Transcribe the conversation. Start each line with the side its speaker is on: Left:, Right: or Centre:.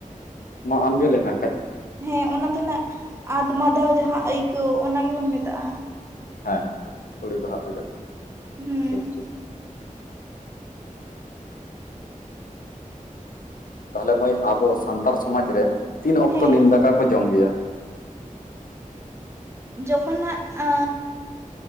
Left: ᱟᱢ ᱜᱮ ᱞᱟᱹᱭ ᱢᱮ ᱦᱟᱸᱠᱷᱟᱡ
Right: ᱦᱮᱸ ᱚᱱᱟ ᱫᱚ ᱱᱟᱜ ᱟᱫᱸ-ᱢᱟᱫᱟᱣ ᱡᱟᱦᱟᱸ ᱟᱹᱭᱠᱟᱹᱣ ᱚᱱᱟ ᱜᱮᱵᱚᱱ ᱢᱮᱛᱟᱜᱼᱟ᱾
Left: ᱦᱮᱸ ᱛᱩᱲᱤ ᱵᱟᱦᱟ ᱵᱮᱸᱜᱮᱫ
Right: ᱦᱩᱸ
Left: ᱴᱷᱤᱠ ᱴᱷᱤᱠ ᱛᱟᱦᱚᱞᱮ ᱢᱟᱹᱭ ᱟᱵᱚ ᱥᱟᱱᱛᱟᱲ ᱥᱚᱢᱟᱡᱽ ᱨᱮ ᱛᱤᱱ ᱚᱠᱛᱚ
Right: ᱦᱮᱸ
Left: ᱱᱤᱢ ᱫᱟᱠᱟ ᱠᱚ ᱡᱚᱢ ᱜᱮᱭᱟ
Right: ᱡᱚᱠᱷᱚᱱ ᱱᱟᱦᱟᱜ ᱟᱼᱼ